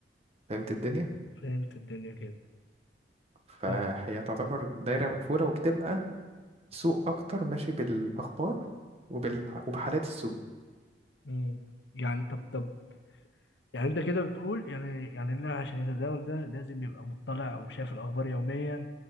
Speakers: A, on the right; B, on the left.
A: فهمت الدنيا
B: فهمت الدنيا كده
A: فهي
B: طب
A: تعتبر دايرة مقفولة وبتبقى سوق أكتر ماشي بالأخبار وبال... وبحالات السوق
B: مم. يعني طب طب يعني انت كده بتقول يعني يعني اللاعب عشان يتداول ده لازم يبقى مطلع وشايف الاخبار يوميا